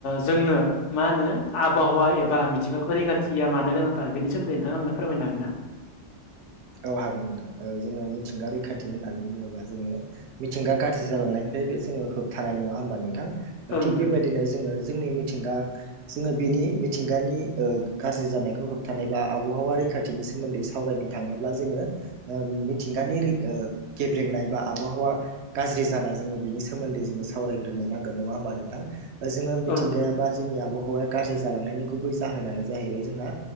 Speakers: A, on the left; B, on the right.
A: जोंनो मा होनो आबहावा एबा मिथिंगाखौ रैखाथिया मानो गोनांथार बेनि सोमोन्दै नोंथाङा आंनो फोरमायनो हागोन ना
B: औ हागोन नोंथां ओ जोङो मिथिंगा रैखाथि होननानै बुङोबा जोङो मिथिंगा गाज्रि जालांनाय बे बे जोङो होबथानाय नङा होमबा नोंथां
A: औ नोंथां
B: थिग बेबायदिनो जोङो जोंनि मिथिंगा जोङो बेनि मिथिंगानि ओ गाज्रि जानायखौ होबथानाय बा आबहावारि रैखाथिनि सोमोन्दै सावरायनाय थाङोब्ला जोङो ओ मिथिंगानि रै ओ गेब्रेंनाय बा आबहावा गाज्रि जानाय जोङो बिनि सोमोन्दै जोङो सावरायग्रोनो नांगोन नङा होमबा नोंथां ओ जोङो मिथिंगायाबा
A: औ नोंथां
B: जोंनि आब हावाया गाज्रि जालांनायनि गुबै जाहोनानो जाहैबाय जोंहा